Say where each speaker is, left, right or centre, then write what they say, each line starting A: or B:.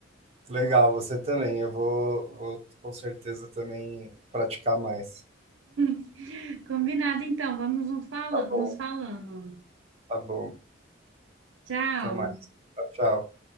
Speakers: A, on the right; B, on the right.
A: legal, você também. Eu vou, vou com certeza também praticar mais.
B: <laughs> Combinado, então, vamos nos falando,
A: Tá bom,
B: nos falando.
A: tá bom.
B: Tchau!
A: Até mais. Tchau, tchau.